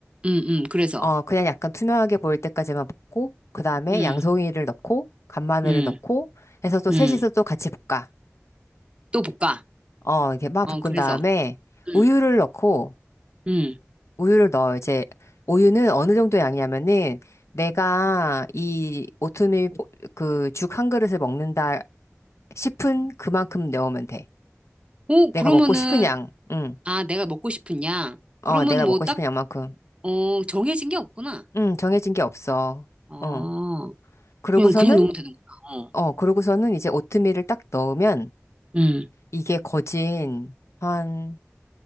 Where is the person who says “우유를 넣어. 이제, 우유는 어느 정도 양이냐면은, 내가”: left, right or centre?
Left